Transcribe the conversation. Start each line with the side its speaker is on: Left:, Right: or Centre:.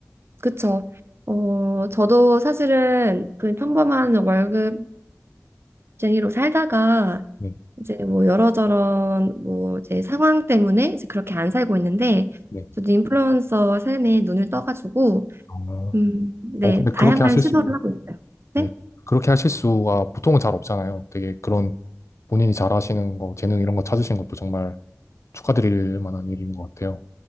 Right: 그쵸. 어, 저도 사실은 그 평범한 월급 쟁이로 살다가
Left: 네,
Right: 이제 뭐 여러저런 뭐 이제 상황 때문에 이제 그렇게 안 살고 있는데
Left: 네.
Right: 저도 인플루언서 삶에 눈을 떠가지고
Left: 어,
Right: 음, 네,
Left: 어, 근데
Right: 다양한
Left: 그렇게 하실
Right: 시도를
Left: 수,
Right: 하고 있어요. 네?
Left: 네. 그렇게 하실 수가 보통은 잘 없잖아요. 되게 그런 본인이 잘 하시는 거, 재능 이런 거 찾으신 것도 정말 축하드릴 만한 일인 것 같아요.